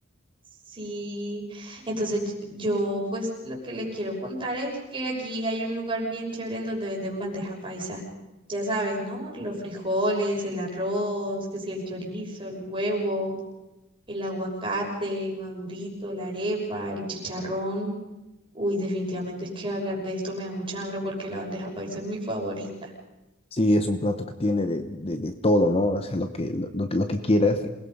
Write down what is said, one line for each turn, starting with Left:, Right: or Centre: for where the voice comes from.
Right: Sí, entonces y- yo pues lo que le quiero contar es que aquí hay un lugar bien chévere en donde venden bandeja paisa. Ya sabes, ¿no? Los frijoles, el arroz, que si el chorizo, el huevo, el aguacate, el madurito, la arepa, el chicharrón. Uy, definitivamente es que hablar de esto me da mucha hambre porque la bandeja paisa es mi favorita.
Left: Sí, es un plato que tiene de, de, de todo, ¿no? O sea, lo que, lo, lo que, lo que quieras,